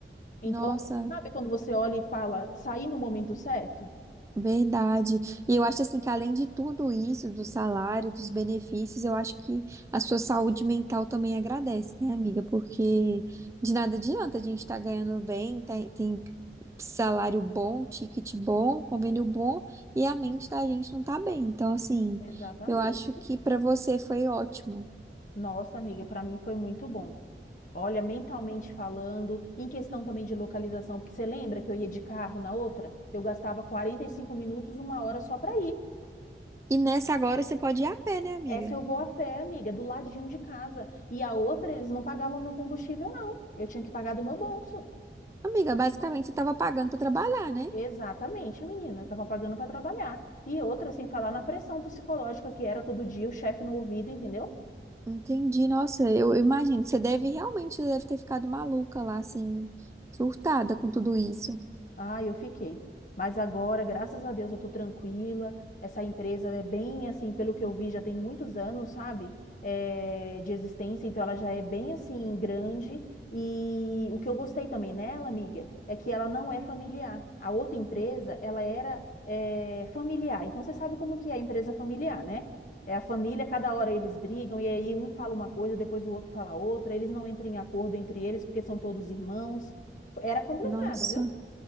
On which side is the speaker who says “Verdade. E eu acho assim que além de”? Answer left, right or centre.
Right